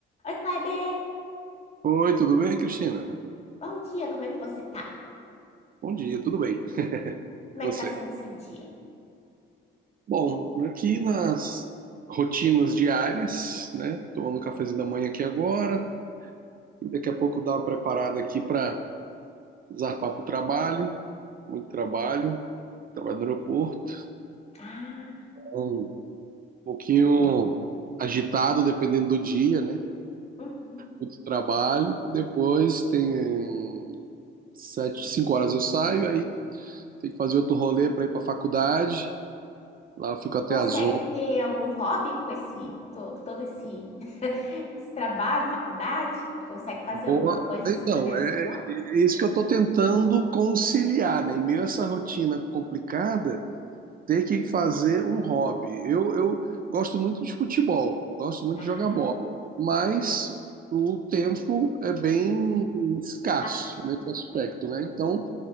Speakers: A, on the left (about 35°); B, on the right (about 45°).
A: Oi, Kleber!
B: Oi, tudo bem, Cristina?
A: Bom dia, como é que você tá?
B: Bom dia, tudo bem. E
A: Como é
B: você?
A: que tá sendo seu dia?
B: Bom, aqui nas rotinas diárias, né? Tomando um cafezinho da manhã aqui agora. E daqui a pouco dar uma preparada aqui para zarpar para o trabalho. Muito trabalho. Trabalho no aeroporto.
A: Ah,
B: Então, um pouquinho agitado, dependendo do dia, né?
A: uhum.
B: Muito trabalho. Depois tem sete, cinco horas eu saio, aí tem que fazer outro rolê para ir para a faculdade. Lá eu fico até
A: E consegue
B: as
A: ter algum hobby com esse, to- todo esse, <laughs> esse trabalho, faculdade? Consegue fazer
B: Boa.
A: alguma coisa assim
B: Então,
A: para desopilar?
B: é, é é isso que eu estou tentando conciliar, né? Em meio a essa rotina complicada, ter que fazer um hobby. Eu, eu gosto muito de futebol, gosto muito
A: Ah,
B: de jogar bola, mas o tempo é bem escasso
A: ah,
B: nesse aspecto,
A: uhum.
B: né? Então,